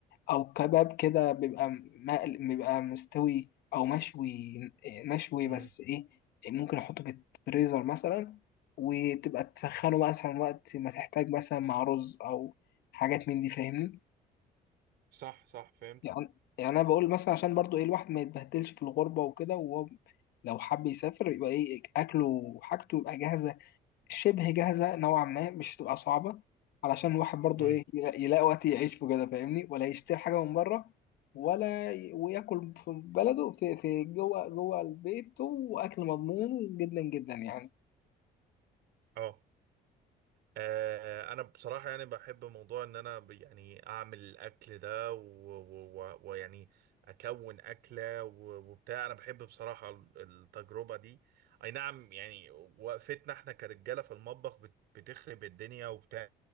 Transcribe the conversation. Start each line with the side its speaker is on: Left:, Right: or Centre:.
Left: او كباب كده بيبقى مقل بيبقى مستوي او مشوي آه، مشوي
Right: امم
Left: بس ايه ممكن احطه في الفريزر مثلا وتبقى تسخنه مثلا وقت ما تحتاج مثلا مع رز او حاجات من دي فاهمني
Right: صح صح فهمت
Left: يعني يعني انا بقول مثلا عشان برضو ايه الواحد ما يتبهدلش في الغربه وكده وهو لو حب يسافر يبقى ايه اكله وحاجته يبقى جاهزه شبه جاهزه نوعا ما مش تبقى صعبه علشان الواحد برضو
Right: امم
Left: ايه يلا- يلاقي وقت يعيش في كده فاهمني ولا يشتري حاجه من بره ولا ي- وياكل في بلده في في جوه جوه البيت واكل مضمون جدا جدا يعني
Right: اه آه، انا بصراحه يعني بحب موضوع ان انا ب- يعني اعمل الاكل ده و- و- و- ويعني اكون اكله و- وبتاع انا بحب بصراحه ال- التجربه دي اي نعم يعني وقفتنا احنا كرجاله في المطبخ بت- بتخرب الدنيا وبتعمل